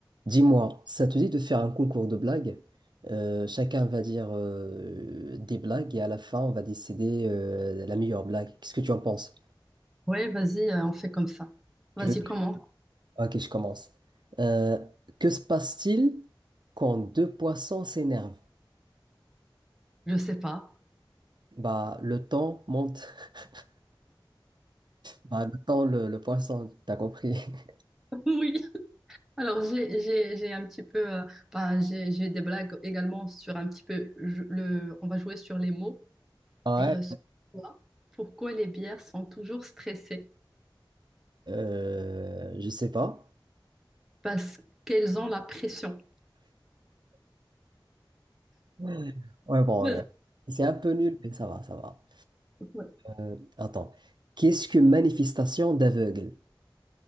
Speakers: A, on the right; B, in the centre.
A: Dis-moi, ça te dit de faire un concours de blagues? Euh, chacun va dire euh, des blagues et à la fin, on va décider euh, la meilleure blague. Qu'est-ce que tu en penses?
B: Ouais, vas-y, euh, on fait comme ça.
A: Tu
B: Vas-y,
A: veux... que-
B: comment?
A: Ok, je commence. Euh, que se passe-t-il quand deux poissons s'énervent?
B: Je sais pas.
A: Bah, le temps monte. <laughs> Bah, le temps, le, le poisson, t'as compris? <laughs>
B: <laughs> Oui. Alors, j'ai, j'ai, j'ai un petit peu, euh, bah, j'ai, j'ai des blagues également sur un petit peu je- le, on va jouer sur les mots
A: Ouais.
B: et euh, sur quoi- pourquoi les bières sont toujours stressées?
A: Euh, je sais pas.
B: Parce qu'elles ont la pression.
A: Ouais, Ouais, bon,
B: Vas-y.
A: ouais. ouais. C'est un peu nul, mais ça va, ça va.
B: Ouais,
A: Euh, attends. Qu'est-ce que manifestation d'aveugle?